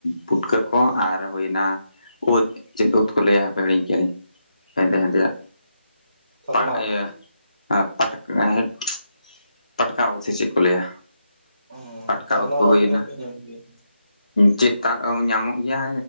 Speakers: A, on the left; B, on the right.
A: ᱯᱩᱴᱠᱟᱹ ᱠᱚ ᱟᱨ ᱦᱳᱭᱱᱟ ᱳᱫᱽ ᱪᱮᱫ ᱳᱫᱽ ᱠᱚ ᱞᱟᱹᱭᱟ ᱦᱟᱯᱮ ᱦᱤᱲᱤᱧ ᱠᱮᱜ-ᱟᱞᱤᱧ ᱦᱮᱸᱫᱮ ᱦᱮᱸᱫᱮᱭᱟᱜ᱾
B: ᱛᱚᱨᱢᱟᱞ
A: ᱯᱟ ᱤᱭᱟᱹ ᱯᱟᱴ ᱦᱮᱸᱫ ᱯᱟᱴᱠᱟ ᱳᱫᱽ ᱥᱮ ᱪᱮᱫ ᱠᱚ ᱞᱟᱹᱭᱟ?
B: ᱚᱸ
A: ᱯᱟᱴᱠᱟ
B: ᱛᱚᱨᱚᱢᱟᱞ
A: ᱩᱫ ᱠᱚ ᱦᱩᱭᱱᱟ
B: ᱳᱫᱽ ᱫᱚ ᱵᱟᱯᱮ ᱧᱟᱢ ᱜᱮᱭᱟ?
A: ᱪᱮᱫ ᱛᱟᱨ ᱧᱟᱢᱚᱜ ᱜᱮᱭᱟ,